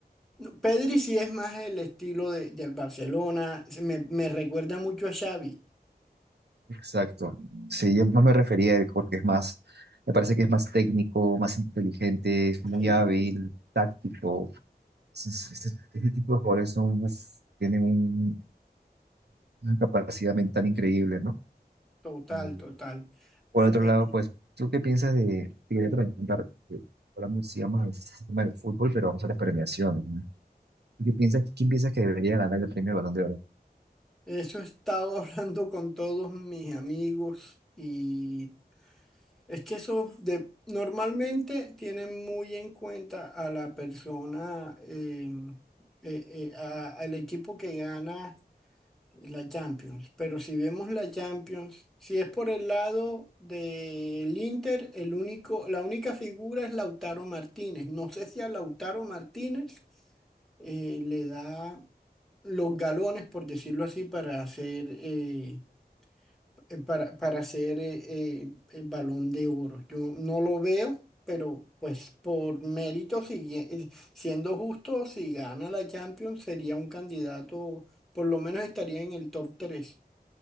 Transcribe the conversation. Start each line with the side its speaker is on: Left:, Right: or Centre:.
Centre: No, Pedri sí es más el estilo de- del Barcelona. Se Me, me recuerda mucho a Xavi.
Right: Exacto. Sí, yo más me refería a él porque es más, me parece que es más técnico, más inteligente, es
Centre: Sí,
Right: muy hábil, táctico. Es- es- Este, este tipo de jugadores son, uf, tienen un- una capacidad mental increíble, ¿no?
Centre: total,
Right: Y
Centre: total.
Right: por otro
Centre: Eh,
Right: lado, pues, ¿tú qué piensas de, te quería preguntar, que ahora muy- sigamos el tema del fútbol, pero vamos a las premiaciones, ¿no? ¿Tú ¿Qué piensas, quién piensas que debería ganar el premio Balón de Oro?
Centre: Eso he estado <laughs> hablando con todos mis amigos y es que eso de, normalmente tienen muy en cuenta a la persona, eh, eh, eh, a- al equipo que gana. La Champions, pero si vemos la Champions, si es por el lado del Inter, el único, la única figura es Lautaro Martínez. No sé si a Lautaro Martínez eh, le da los galones, por decirlo así, para hacer, eh, eh, para, para hacer eh, eh, el Balón de Oro. Yo no lo veo, pero pues por mérito, sigue- eh, siendo justo, si gana la Champions, sería un candidato, por lo menos estaría en el top 3.